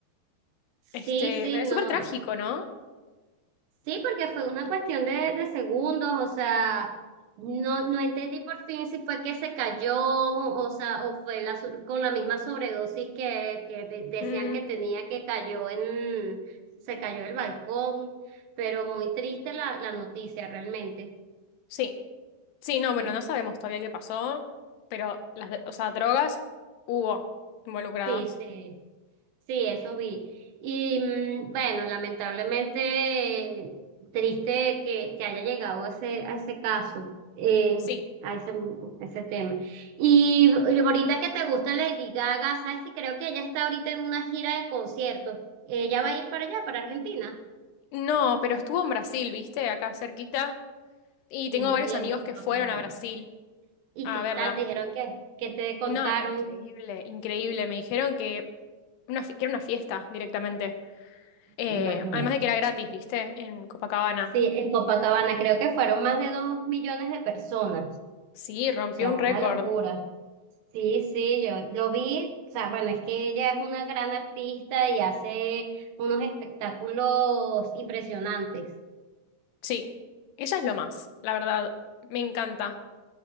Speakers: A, on the right; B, on the left.
A: Sí,
B: Este,
A: sí,
B: es
A: no.
B: súper trágico, ¿no?
A: Sí, porque fue una cuestión de, de segundos, o sea, no, no entendí por fin si fue que se cayó, o sea, o fue la, so- con la misma sobredosis que, que de- decían
B: Mm,
A: que tenía que cayó en, se cayó del balcón, pero muy triste la, la noticia realmente.
B: sí, sí, no, bueno,
A: Sí,
B: no sabemos todavía qué pasó, pero las, de- o sea, drogas hubo involucradas.
A: sí, sí. Sí, eso vi. Y mm, bueno, lamentablemente eh, triste que, que haya llegado a ese, a ese caso, eh,
B: Sí,
A: a ese, a ese tema. Y, y ahorita que te gusta Lady Gaga, sabes que creo que ella está ahorita en una gira de conciertos. Ella va a ir para allá, para Argentina.
B: no, pero estuvo en Brasil, ¿viste? Acá cerquita. Y
A: Sí,
B: tengo varios
A: en
B: amigos
A: Copacabana.
B: que fueron a Brasil
A: ¿Y
B: a
A: qué
B: verla.
A: tal? Dijeron que, que te contaron.
B: No, increíble, increíble. Me dijeron que, una, fi- que era una fiesta directamente. Eh,
A: Imagínate.
B: además de que era gratis, ¿viste? En Copacabana.
A: Sí, en Copacabana creo que fueron más de dos millones de personas.
B: Sí, rompió
A: O sea,
B: un
A: una
B: récord.
A: locura. Sí, sí, yo lo vi, o sea, bueno, es que ella es una gran artista y hace unos espectáculos impresionantes.
B: Sí, ella es lo más, la verdad. Me encanta.